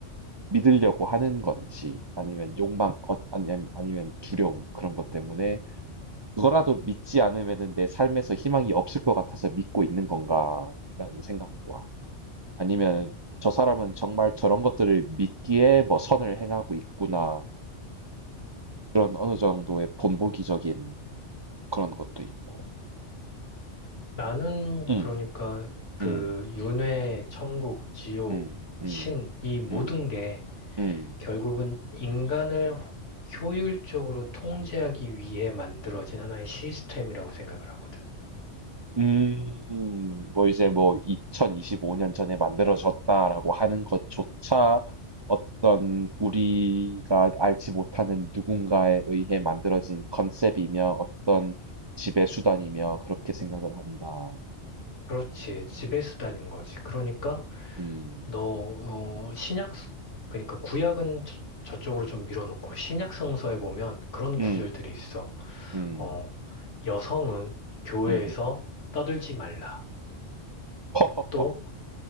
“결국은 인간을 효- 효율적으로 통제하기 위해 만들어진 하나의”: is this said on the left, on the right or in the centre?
Left